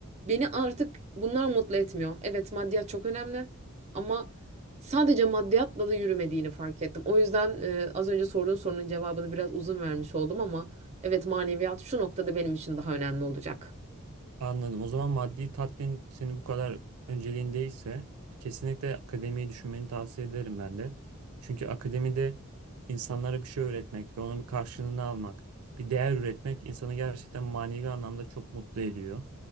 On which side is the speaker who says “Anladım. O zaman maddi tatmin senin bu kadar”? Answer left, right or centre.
Right